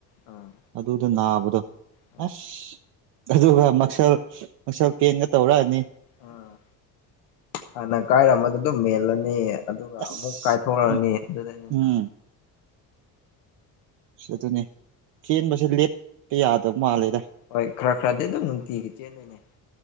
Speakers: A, on the left (about 85°); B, on the right (about 70°).
A: ꯑꯥ
B: ꯑꯗꯨꯗ ꯅꯥꯕꯗꯣ
A: ꯍꯣꯏ
B: ꯑꯁ ꯑꯗꯨꯒ ꯃꯁꯜ ꯃꯁꯜ ꯄꯦꯟꯒ ꯇꯧꯔꯛꯑꯅꯤ
A: ꯑꯥ ꯍꯥꯟꯅ ꯀꯥꯏꯔꯝꯕꯗꯣ ꯑꯗꯨꯝ ꯃꯦꯜꯂꯅꯤ ꯑꯗꯨꯒ
B: ꯑꯁ
A: ꯑꯃꯨꯛ ꯀꯥꯏꯊꯣꯔꯛꯑꯅꯤ
B: ꯎꯝ
A: ꯑꯗꯨꯗꯒꯤꯅ
B: ꯎꯝ ꯑꯁ ꯑꯗꯨꯅꯦ ꯆ‌ꯦꯟꯕꯁꯦ ꯂꯦꯞꯄ ꯌꯥꯗꯕ ꯃꯥꯜꯂꯦꯗ
A: ꯍꯣꯏ ꯈꯔ ꯈꯔꯗꯤ ꯑꯗꯨꯝ ꯅꯨꯡꯇꯤꯒꯤ ꯆꯦꯟꯗꯣꯏꯅꯦ